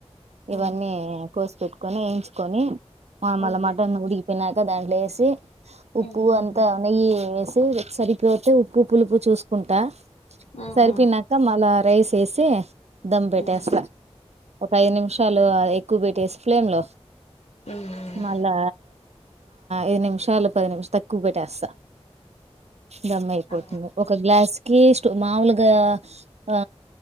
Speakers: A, on the left (about 80°); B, on the right (about 75°).
A: ఉమ్
B: ఇవన్నీ కోసిపెట్టుకొని వేయించుకొని
A: అవునులే
B: మళ్ళీ మటన్ ఉడికిపోనాక దాంట్లో వేసి ఉప్పు
A: ఉమ్ ఉమ్
B: అంతా నెయ్యి వేసి సరిపోతే ఉప్పు పులుపు చూసుకుంటా
A: ఆ
B: సరిపోనాక
A: ఆ
B: మళ్ళా రైస్ వేసి దమ్ పెట్టేస్తా
A: ఉమ్
B: ఒక ఐదు నిమిషాలు ఎక్కువ పెట్టేసి ఫ్లేమ్లో
A: ఉమ్
B: మళ్ళా ఐదు నిమిషాలు పది నిమిషాలు త ఎక్కువ పెట్టేస్తా దమ్ అయిపోతుంది
A: ఆ
B: ఒక గ్లాస్ కిష్ట మాముూలుగ ఆ